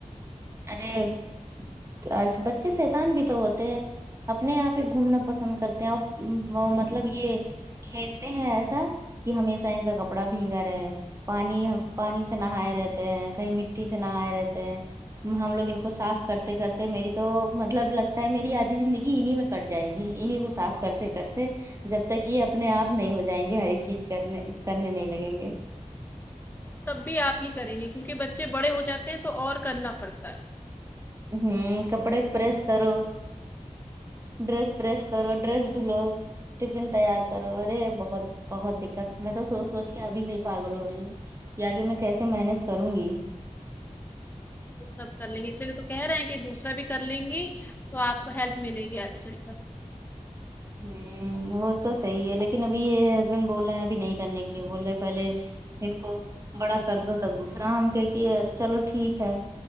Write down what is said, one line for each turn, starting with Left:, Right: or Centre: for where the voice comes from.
Right: ارےآج بچے شیتان بھی تو ہوتے ہیں اپنے آپ ہی گھومنا پسند کرتے ہیں اور مطلب یہ کھیلتے ہیں ایسا کہ ہمیشہ ان کا کپڑا بھینگا رہے پانی پانی سے نہائے رہتے ہیں کہیں مٹی سے نہائے رہتے ہیں ہم لوگ ان کو صاف کرتے کرتے میری تو مطلب لگتا ہے میری آدھی زندگی انہی مے کٹ جائے گی انہیں کو صاف کرتے کرتے جب تک یہ اپنے آپ نہیں ہو جائیں گے ہر ایک چیز کرنے کرنے نہیں لگیں گے
Left: تب بھی آپ ہی کریں گے کیونکہ بچے بڑے ہو جاتے ہیں تو اور کرنا پڑتا ہے
Right: ہم کپڑے پریس کرو ڈریس پریس کرو ڈریس دھلو ٹفن تیار کرو ارے بہت بہت دقت میں تو سوچ سوچ کے ابھی سے ہی پاگل ہو رہی ہوں کہ آگے میں کیسے مینج کروں گی
Left: سب کر لیں گے اسی لیے تو کہہ رہے ہیں کہ دوسرا بھی کر لیں گی تو آپ کو ہیلپ ملے گی آگے چل کر
Right: ہمم وہ تو صحیح ہے لیکن ابھی یہ ہسبینڈ بول رہے ہیں ابھی نہیں کرنے کے لیے بول رہے پہلے ان کو بڑا کر دو تب دوسرا ہم کہ کیے چلو ٹھیک ہے